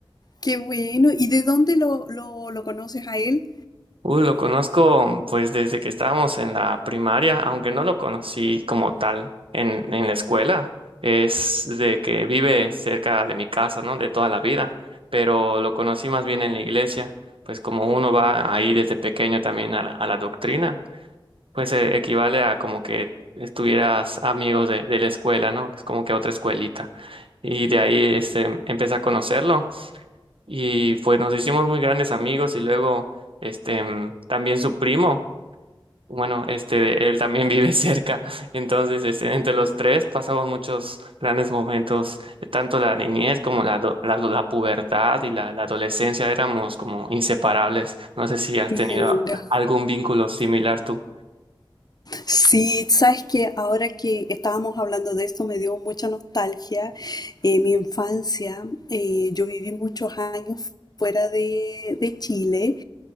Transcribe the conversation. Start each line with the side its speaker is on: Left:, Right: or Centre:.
Left: Qué bueno. ¿Y de dónde lo, lo, lo conoces a él?
Right: Uy, lo conozco pues desde que estábamos en la primaria, aunque no lo conocí como tal en, en la escuela. Es de que vive cerca de mi casa, ¿no? De toda la vida, pero lo conocí más bien en la iglesia, pues como uno va ahí desde pequeño también a la, a la doctrina, pues eh, equivale a como que estuvieras amigos de, de la escuela, ¿no? Es como que otra escuelita. Y de ahí este, empecé a conocerlo. Y pues nos hicimos muy grandes amigos y luego este mm, también su primo, bueno, este él también vive <laughs> cerca. Entonces, este entre los tres pasamos muchos grandes momentos, tanto la niñez como la ado- la, la pubertad y la, la adolescencia éramos como inseparables. No sé si has
Left: Mira.
Right: tenido algún vínculo similar tú.
Left: Sí, sabes que ahora que estábamos hablando de esto me dio mucha nostalgia. Eh, mi infancia, eh, yo viví muchos años fuera de, de Chile